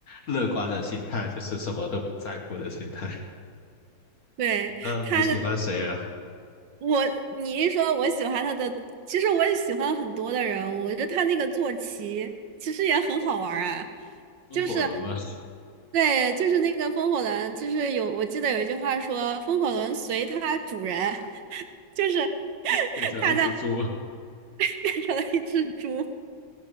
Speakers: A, on the left; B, on the right.
A: 乐观的心态，就是什么都不在乎的心态。
B: 对，
A: <laughs> 嗯，
B: 他的。
A: 你喜欢谁啊？
B: 我你一说我喜欢他的，其实我也喜欢很多的人物，我觉得他那个坐骑其实也很好玩儿啊，
A: 风火轮吗？
B: 就是
A: <laughs>
B: 对，就是那个风火轮，就是有我记得有一句话说风火轮随它主人，就是 <laughs>
A: 变成一只猪。
B: 它在变成了一只猪，